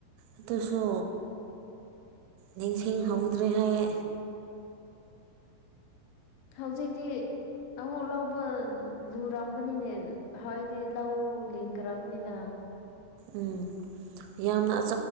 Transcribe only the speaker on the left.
ꯍꯧꯖꯤꯛꯇꯤ ꯑꯃꯨꯛ ꯂꯧꯕ ꯂꯨꯔꯝꯒꯅꯤꯅꯦ ꯍꯥꯏꯗꯤ ꯂꯧ ꯂꯤꯡꯈ꯭ꯔꯕꯅꯤꯅ